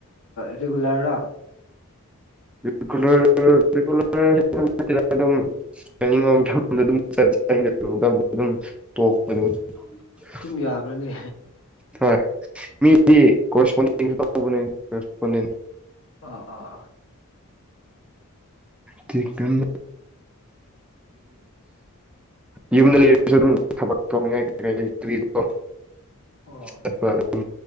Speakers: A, on the left; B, in the centre.
A: ꯔꯤꯒꯨꯂꯔꯔꯥ
B: <unintelligible> <unintelligible> <inaudible>
A: ꯇꯨꯝ ꯌꯥꯕ꯭ꯔꯥꯅꯦ
B: ꯍꯣꯏ ꯃꯤꯗꯤ ꯀꯣꯔꯦꯁꯄꯣꯟꯗꯤꯡꯁꯨ ꯇꯧꯕꯅꯦ ꯀꯣꯔꯦꯁꯄꯣꯟꯗꯦꯗ
A: ꯑꯥ ꯑꯥ ꯑꯥ
B: ꯆꯤꯟ <unintelligible> ꯌꯨꯝꯗ ꯂꯩꯔꯁꯨ ꯑꯗꯨꯝ ꯊꯕꯛ ꯇꯧꯅꯤꯡꯉꯥꯏ ꯀꯩ ꯀꯩꯣ
A: ꯑꯣ
B: ꯆꯠꯄ ꯎ